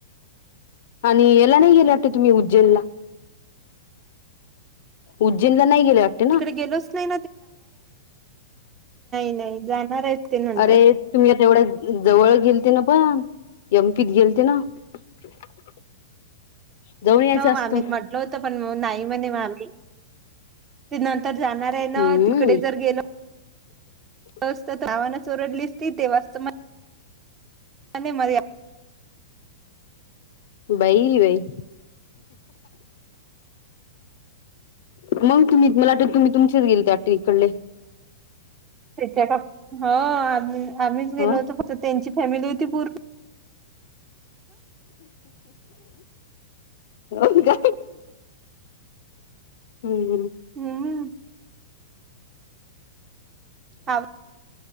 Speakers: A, on the left; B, on the right.
A: आणि याला नाही गेला वा तुम्ही उज्जैनला उज्जैनला नाही गेले वाटते ना
B: गेलो नाही नाही ते नंतर
A: अरे तुम्ही आता एवढ्या जवळ गेलते ना पण यमपीत गेलते ना <inaudible> जाऊन यायचं
B: हो मामीन
A: असतं
B: म्हटलं होतं पण नाही म्हणे मा्मी ते नंतर जाणार आहे ना
A: हम्म
B: तिकडे जर गेलं
A: <inaudible>
B: आस असत तर नावानं च ओरडली असती तेव्हाच तर आणि म
A: बाई बाई मग तुम्ही मला वाटत तुम्ही तुमचेच गेलते वाटते इकडले
B: त्याच्या ह आ आम्हीच गेलो
A: ह
B: होतो फक्त त्यांची फॅमिली होती पूर्ण
A: हो का हम्म हम्
B: हम्म ह